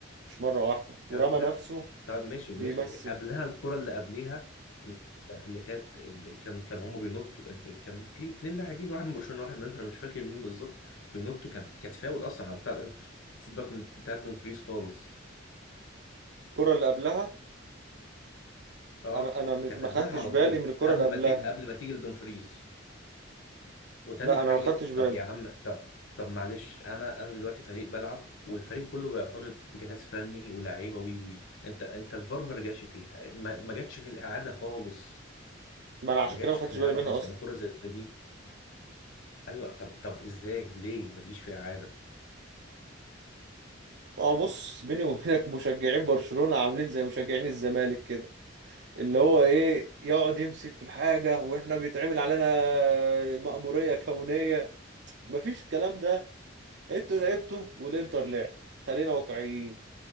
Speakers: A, on the right; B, on the left.
A: مش مره واحده ورمى
B: يا باشا
A: نفسه
B: طب ماشي ماشي
A: بيمثل
B: قبلها الكره اللي قبليها اللي كانت اللي كان كان هم بينطوا كان في اتنين لاعبين واحد من برشلونه واحد من انتر أنا مش فاكر مين بالظبط بينطوا كانت كانت فاول اصلا على بتاع الانتر سيبك من بتاع دومفريز خالص
A: الكره اللي قبلها
B: اه
A: انا انا ما
B: كانت قبلها
A: خدتش
B: على
A: بالي
B: طول
A: من الكره
B: قبل
A: اللي قبلها
B: ما تي... قبل ما تيجي لدومفريز وتاني
A: لا
B: حاجه
A: انا ما خدتش بالي
B: طب يا عم طب طب معلش انا انا دلوقتي فريق بلعب والفريق كله بيعترض جهاز فني ولاعيبه وي وي انت انت الفار ما رجعش فيها ما, ما جاتش في الاعاده خالص
A: ما انا عشان
B: ما جاتش
A: كده ما خدتش
B: في الاعاده
A: بالي منها
B: خالص
A: اصلا
B: يعني كره زي دي ايوه طب طب ازاي ليه ما تجيش في اعاده
A: اه بص بيني وبينك مشجعين برشلونة عاملين زي مشجعين الزمالك كده اللي هو ايه يقعد يمسك في الحاجة واحنا بيتعمل علينا مأمورية كونية مفيش الكلام ده انتوا لعبتوا والانتر لعب خلينا واقعيين